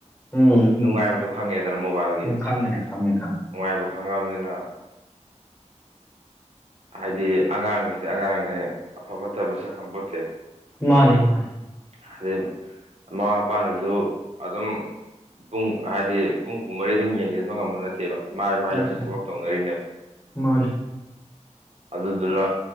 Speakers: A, on the left; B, on the right.
A: ꯎꯝ ꯎꯝ
B: ꯅꯨꯡꯉꯥꯏꯕꯗꯣ ꯈꯪꯉꯦꯗꯅ ꯃꯣꯕꯥꯏꯜꯒꯤ
A: ꯎꯝ ꯈꯪꯉꯦ ꯈꯪꯉꯦ ꯈꯪꯉꯦ
B: ꯅꯨꯡꯉꯥꯏꯕ ꯈꯪꯉꯛꯑꯕꯅꯤꯅ ꯍꯥꯏꯗꯤ ꯑꯉꯥꯡꯁꯤꯗꯤ ꯑꯉꯥꯡꯅꯦ ꯑꯐꯥ ꯐꯠꯇꯥ ꯃꯁꯛ ꯈꯪꯄꯣꯠꯇꯦ
A: ꯃꯥꯅꯦ ꯃꯥꯅꯦ
B: ꯍꯥꯏꯗꯩ ꯃꯃꯥ ꯃꯄꯥꯅꯖꯨ ꯑꯗꯨꯝ ꯄꯨꯡ ꯍꯥꯏꯗꯤ ꯄꯨꯡ ꯀꯨꯃꯔꯤ ꯑꯗꯨꯝ ꯌꯦꯡꯖꯤꯟꯕ ꯉꯝꯕ ꯅꯠꯇꯦꯕ ꯃꯥꯏ ꯃꯥꯏꯁꯤ
A: ꯅꯠꯇꯦ
B: ꯊꯕꯛ ꯇꯧꯅꯔꯤꯅꯦꯕ
A: ꯃꯥꯅꯦ
B: ꯑꯗꯨꯗꯨꯅ